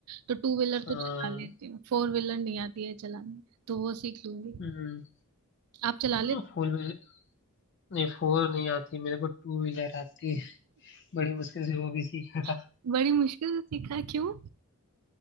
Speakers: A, on the right; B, on the left.
A: तो टू व्हीलर
B: हाँ
A: तो चला लेती हूँ फोर व्हीलर नहीं आती है चलाने तो वो सीख लूंगी
B: हम्म
A: आप चला लेते
B: हाँ, फोर व्हीलर नहीं फोर नहीं आती मेरे को टू व्हीलर आती है बड़ी मुश्किल से वो भी सीखा था
A: हो? बड़ी मुश्किल से सीखा क्यों